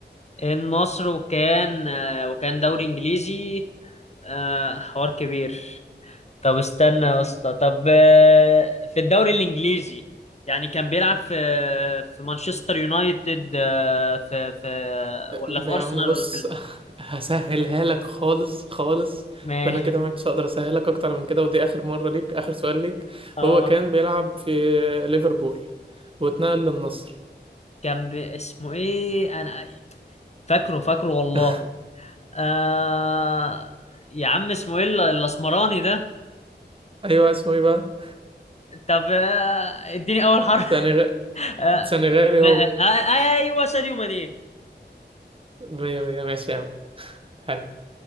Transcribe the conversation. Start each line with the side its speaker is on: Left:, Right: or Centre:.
Left: النصر وكان آه وكان دوري انجليزي آه حوار كبير طب استنى يا اسطى طب آه، في الدوري الانجليزي يعني كان بيلعب في في مانشستر يونايتد آه، في في
Right: آه،
Left: ولا في
Right: يا
Left: ارسنال
Right: عم بص
Left: ولا في ال-
Right: <laughs> هسهلها لك خالص خالص
Left: ما
Right: انا كده ما عدتش اقدر اسهلك اكتر من كده ودي اخر مره ليك اخر سؤال ليك
Left: اه
Right: هو كان بيلعب في ليفربول واتنقل للنصر
Left: كان بي... اسمه ايه انا فاكره فاكره والله
Right: <laughs>
Left: آه... يا عم اسمه ايه ال- الاسمراني ده
Right: ايوه اسمه ايه بقى
Left: طب آه، اديني اول حرف
Right: سنغ...
Left: <laughs> آه...
Right: سنغالي
Left: ما...
Right: هو
Left: آه... آه، ايوه ساديو ماني
Right: مية مية ماشي يا عم حلو